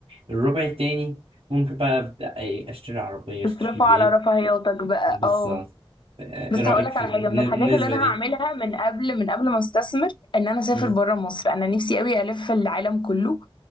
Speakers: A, on the right; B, on the left.
A: الربع التاني ممكن بقى ابدا إيه، اشتري عربيه اشتري
B: تصرفوا
A: بيت
B: على رفاهياتك بقى
A: بالظبط
B: اه
A: آه، ايه
B: بس
A: رأيك
B: هقولك
A: في
B: على
A: الن-
B: حاجه من الحاجات
A: النسبة
B: اللي انا
A: دي
B: هعملها من قبل من قبل ما استثمر ان انا اسافر
A: مم.
B: بره مصر انا نفسي قوي الف العالم كله